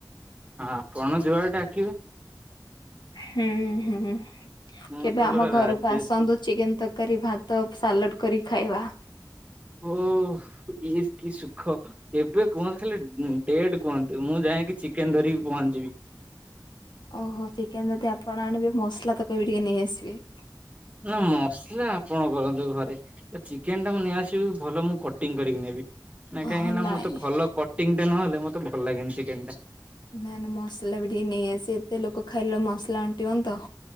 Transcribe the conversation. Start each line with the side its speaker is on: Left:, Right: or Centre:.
Right: ଆପଣ ଯୁଆଡେ ଡାକି
Left: ହୁଁ ହୁଁ
Right: ମୁଁ
Left: କେବେ
Right: ତ
Left: ଆମ
Right: ପୁରା
Left: ଘରକୁ
Right: ରାଜି
Left: ଆସନ୍ତୁ
Right: ଅଛି
Left: ଚିକେନ ତରକାରୀ ଭାତ ସାଲଡ କରି ଖାଇବା।
Right: ଓଃ ଇଏ କିି ସୁଖ। ଏବେ କୁହନ୍ତୁ ଖାଲି ଡେଟ କୁହନ୍ତୁ ମୁଁ ଯାଇକି ଚିକେନ ଧରିକି ପହଞ୍ଚିଯିବି।
Left: ଓହୋ ଚିକେନ ଯଦି ଆପଣ ଆଣିବେ ମସଲା ତକ ବି ଟିକେ ନେଇଆସିବେ।
Right: ନା ମସଲା ଆପଣ କରନ୍ତୁ ଘରେ। ଚିକେନ ଟା ମୁଁ ନେଇଆସିବି ଭଲ ମୁଁ କଟିଂ କରିକି ନେବି। ନା କାହିଁକି
Left: ହଁ
Right: ନା
Left: ନାଇଁ।
Right: ମତେ ଭଲ କଟିଂ ଟା ନହଲେ ମତେ ଭଲ ଲାଗେନି ଚିକେନ ଟା।
Left: ନାଇ ନାଇ ମସଲା ବି ଟିକେ ନେଇଆସିବେ ଏତେ ଲୋକ ଖାଇଲେ ମସଲା ଅଣ୍ଟିବନି ତ।